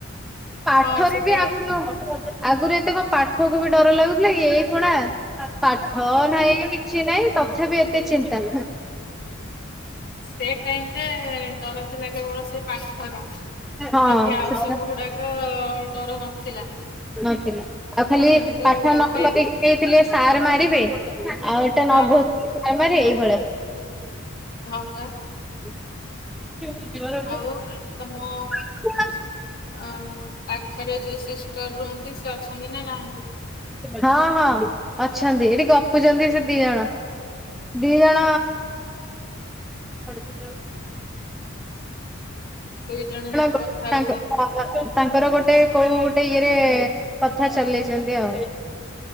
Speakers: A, in the centre; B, on the left.
A: ପାଠରେ
B: ହଁ ସେତେବେଳେ
A: ବି ଆଗରୁ ଆଗରୁ ଏତେ ପାଠକୁ ବି ଡର ଲାଗୁଥିଲା ଏଇ ଖୁଣା ପାଠ ନାହିଁ କିଛି ନାହିଁ ତଥାପି ଏତେ ଚିନ୍ତା।
B: ସେ ଟାଇମରେ ଡର ଥିଲା କେବଳ ସେ ପାଠର
A: ହଁ
B: ବାକି ଆଉ
A: ସେଟା
B: ସବୁ ଗୁଡା ତ ଡର ନଥିଲା।
A: ନଥିଲା ଆଉ ଖାଲି
B: କିନ୍ତୁ
A: ପାଠ
B: ଏବେ
A: ନକରିକି ଯାଇଥିଲେ ସାର ମାରିବେ ଆଉ ନ
B: ହଁ
A: ଭୂତ୍ ଏଇଭଳିଆ
B: ହଁ ପା।
A: ହୁଁ। <inaudible>
B: ଆଉ ତମ
A: ହଁ
B: ଅ ପାଖରେ ଯୋଉ ସିଷ୍ଟର ରୁହନ୍ତି ସେ ଅଛନ୍ତି ନା ନାହାନ୍ତି?
A: ହଁ ହଁ ଅଛନ୍ତି ଏଠି ଗପୁଛନ୍ତି ସେ ଦି ଜଣ। ଦି ଜଣ ଦି ଜଣ
B: ଦୁଇ ଜଣ ଯାକ
A: ଗ
B: କଥା
A: ସାଙ୍ଗରେ
B: ହଉଛନ୍ତି
A: ହଁ। ତାଙ୍କର ଗୋଟେ କୋଉ ଗୋଟେ ଇଏରେ କଥା ଚଲେଇଛନ୍ତି ଆଉ